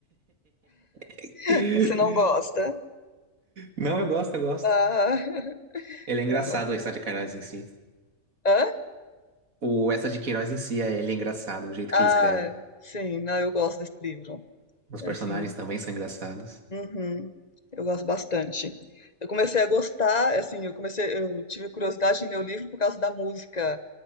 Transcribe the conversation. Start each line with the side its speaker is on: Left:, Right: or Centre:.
Right: <laughs>
Left: <laughs> Você não gosta?
Right: Não, eu gosto, eu gosto.
Left: Ah, <laughs>
Right: Ele é
Left: eu
Right: engraçado,
Left: gosto.
Right: o Eça de Queiroz em si.
Left: Hã?
Right: O Eça de Queiroz em si, ele é engraçado, o jeito
Left: Ah,
Right: que ele escreve.
Left: sim, não, eu gosto desse livro.
Right: Os
Left: É
Right: personagens
Left: assim,
Right: também são engraçados.
Left: Uhum. Eu gosto bastante. Eu comecei a gostar, assim, eu comecei, eu tive curiosidade em ler o livro por causa da música